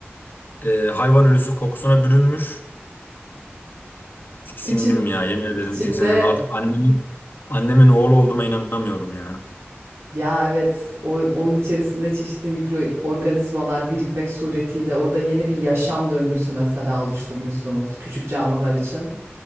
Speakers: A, on the left; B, on the right.
A: e, hayvan ölüsü kokusuna bürünmüş. Tiksindim
B: İçinde.
A: ya yemin ederim
B: İçinde
A: tiksindim. Artık annemin annemin oğlu olduğuma inanamıyorum ya.
B: Ya evet, o, onun içerisinde çeşitli mikroorganizmalar birikmek suretiyle orada yeni bir yaşam döngüsü mesela oluşturmuşsunuz küçük canlılar için.